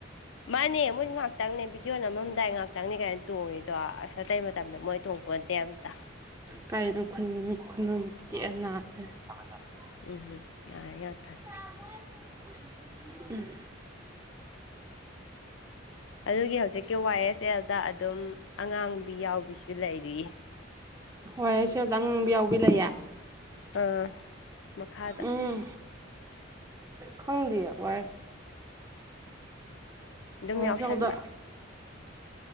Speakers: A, on the left; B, on the right.
A: ꯃꯥꯅꯦ ꯃꯣꯏꯁꯨ ꯉꯥꯛꯇꯪꯅꯦ ꯕꯤꯗꯤꯑꯣ ꯅꯝꯃꯝꯗꯥꯏ ꯉꯥꯏꯥꯛꯇꯪꯅꯤ ꯀꯩ ꯇꯣꯡꯉꯤꯗꯣ ꯑꯁ ꯑꯇꯩ ꯃꯇꯝꯗ ꯃꯣꯏ ꯇꯣꯡꯄꯣꯟꯇꯦ ꯑꯝꯇ
B: ꯀꯥꯏꯗꯩꯅꯣ ꯈꯨꯅꯤꯡ ꯈꯨꯅꯝ ꯇꯦꯛꯑ ꯅꯥꯗꯣꯏꯅꯤ <unintelligible>
A: ꯎꯝ ꯅꯥꯔꯤ ꯉꯥꯛꯇꯅꯤ
B: <unintelligible>
A: ꯑꯗꯨꯒꯤ ꯍꯧꯖꯤꯛꯀꯤ ꯋꯥꯏ ꯑꯦꯁ ꯑꯦꯜꯗ ꯑꯗꯨꯝ ꯑꯉꯥꯡꯕꯤ ꯌꯥꯎꯕꯤꯁꯨ ꯂꯩꯔꯤꯌꯦ
B: ꯋꯥꯏ ꯑꯦꯁ ꯑꯦꯜꯗ ꯑꯉꯥꯡꯕꯤ ꯌꯥꯎꯕꯤ ꯂꯩꯌꯦ
A: ꯑ ꯃꯈꯥꯗ
B: ꯎꯝ ꯈꯪꯗꯤꯌꯦ ꯋꯥꯏ
A: ꯑꯗꯨꯝ
B: <unintelligible> ꯎꯔꯕ
A: ꯌꯥꯎꯁꯟꯕ